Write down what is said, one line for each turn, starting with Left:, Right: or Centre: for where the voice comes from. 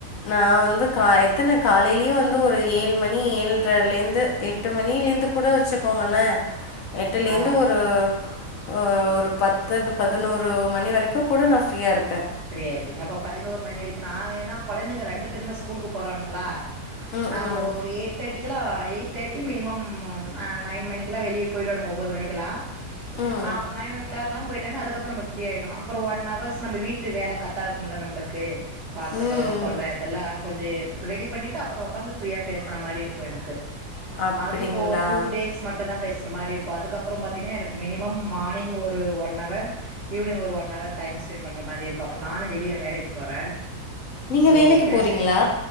Left: நா வந்து கா எத்தன காலைலியூ வந்து ஒரு ஏழு மணி ஏழ்ரைலந்து எட்டு மணிலேந்து கூட வெச்சுக்கோங்கலே எட்டுலேந்து
Right: ஆ
Left: ஒரு ஓ ஒரு பத்துட் பதுனோரு மணி வரைக்கு கூட நா ஃப்ரியா இருப்பே
Right: ஃப்ரீயா இருப்பீங்க அப்ப பதினோரு மணி வரைக்கு நா ஏன்னா குழந்தைங்க ரண்டு பேருமே ஸ்கலுக்கு போறானுங்களா
Left: ம்,
Right: நாம்ப
Left: ம்,
Right: ஒரு எயிட் தேட்டிக்குலா தேட்டி மினிமம் ன நைன் மணிக்குலா வெளிய போயிடோனு ஒம்போது மணிக்கலா
Left: ம்.
Right: ஆப் நைன் ஓ கிளாக்லா போயிட்டானா அதுக்கப்ப நம்ப பிரீ ஆயிடு. அப்பறோ ஒன் அவர்ஸ் நம்ப வீட் டு வேல கர்ட்டா இருக்குமுல்ல நம்பளுக்கு பாத்தரோ
Left: ம்
Right: கழுவ கொல்ல இதெல்லா கொஞ்ச ரெடி பண்ணீட்டு அப்பறோ ஒக்காந்து ஃப்ரியா பேசற மாரி இருக்கு எனக்கு
Left: அப்படிங்களா
Right: அது இப்போ டூ டேஸ் மட் டு தா பேசுற மாரி இருக்கு அதுக்கப்பறோ பாத்திங்கன்னா எனக்கு மினிமம் மானிங் ஒரு ஒன் அவர் ஈவினி்ங் ஒரு ஒன் அவர் டைம் ஸ்பென்ட் பண்ற மாரி இரு <unintelligible> நானு வெளில வேலைக்கு போற
Left: நீங்க
Right: சோ
Left: வேலைக்கு
Right: ஃபேஷன்
Left: போறீங்களா